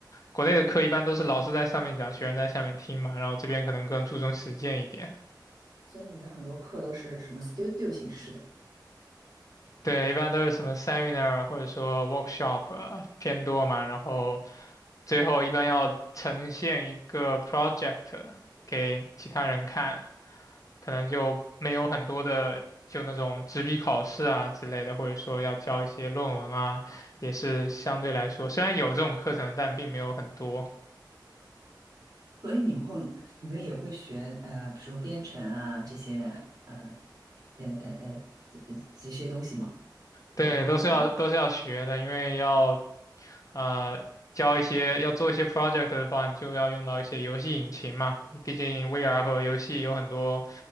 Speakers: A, on the left; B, on the right.
A: 国内的课一般都是老师在上面讲，
B: 啊，
A: 学生在下面听嘛，然后这边可能更注重实践一点。
B: 所以你们的很多课都是什么 studio 形式的，
A: 对，一般都是什么 seminar 或者说 workshop 呃偏多嘛，然后最后一般要呈现一个 project 给其他人看，可能就没有很多的就那种纸笔考试啊之类的，或者说要交一些论文啊，也是相对来说虽然有这种课程，但并没有很多。
B: 所以你们会你们也会学呃，比如说编程啊这些呃呃呃呃这这些东西吗？
A: 对，
B: e Python
A: 都是要都是要学的，因为要呃教一些要做一些 project 的话，你就要用到一些游戏引擎嘛，毕竟 VR 和游戏有很多